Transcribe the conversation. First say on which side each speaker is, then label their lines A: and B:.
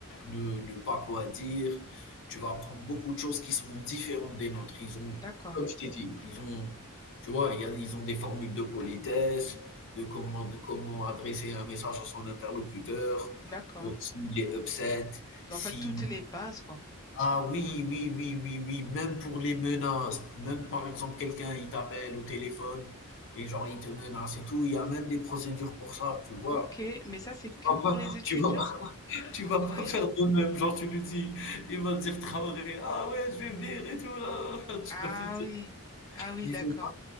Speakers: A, on the left; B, on the left.
A: ne, ne pas quoi dire. Tu vas apprendre beaucoup de choses qui sont différentes des nôtres. Ils ont,
B: D'accord.
A: comme je t'ai dit, ils ont, tu vois, il y a- ils ont des formules de politesse, de comment, de comment adresser un message à son interlocuteur,
B: D'accord.
A: euh, s'il est upset, si
B: En fait, toutes les bases, quoi.
A: ah oui, oui, oui, oui, oui, même pour les menaces, même par exemple quelqu'un il t'appelle au téléphone et genre il te menace et tout, il y a même des procédures pour ça, tu vois.
B: Ok, mais ça, c'est
A: Tu
B: que
A: vas
B: pour
A: pas
B: les étudiants
A: tu vas pas tu vas pas
B: Oui.
A: faire de même, genre tu lui dis, il va te dire Traoré: «Ah ouais, je vais venir et tout là». <laughs> Tu
B: Ah
A: vas lui dire
B: oui. Ah oui,
A: il
B: d'accord.
A: faut